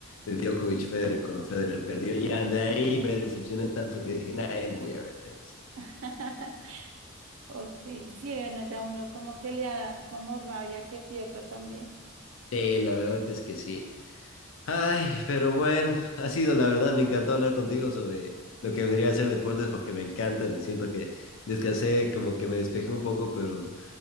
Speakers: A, on the left; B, on the right.
A: de Djokovic Federer cuando Federer perdió. Y de ahí me decepcioné tanto que dije, nah, ya no voy a ver tenis.
B: <laughs> Ok, sí, bueno, ya uno como que le da como rabia que pierda también.
A: Sí, la verdad es que sí. Ay, pero bueno, ha sido la verdad, me encantó hablar contigo sobre lo que vendría a ser deportes porque me encantan. Siento que descansé, como que me despejé un poco, pero